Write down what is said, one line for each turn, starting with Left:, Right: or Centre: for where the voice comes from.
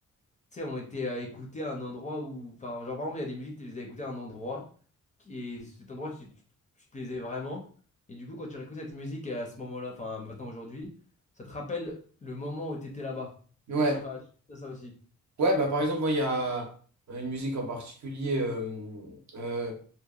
Left: tu sais, ont été à écouter à un endroit où, enfin, genre par exemple, il y a des musiques, tu les as écoutées à un endroit, qui, et cet endroit, tu, tu, tu te plaisais vraiment. Et du coup, quand tu réécoutes cette musique à ce moment-là, enfin, maintenant, aujourd'hui, ça te rappelle le moment où tu étais là-bas. Je
Right: ouais.
Left: sais pas si tu te ra- si t'as ça aussi.
Right: Ouais, bah par exemple, moi, il y a une musique en particulier, euh, euh,